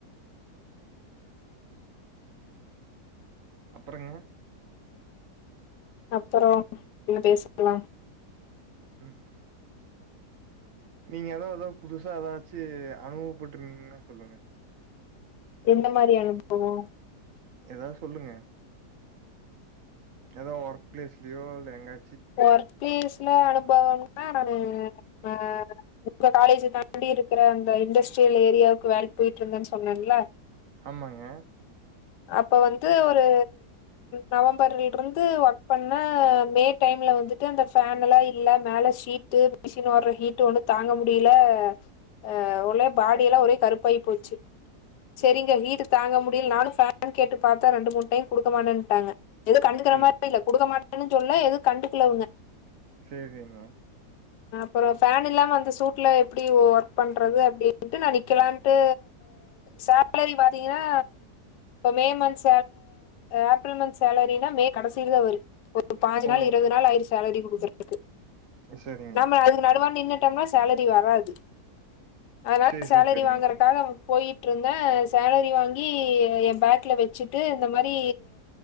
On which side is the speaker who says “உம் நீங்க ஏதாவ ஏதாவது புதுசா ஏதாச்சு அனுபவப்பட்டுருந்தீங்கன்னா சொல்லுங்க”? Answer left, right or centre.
Right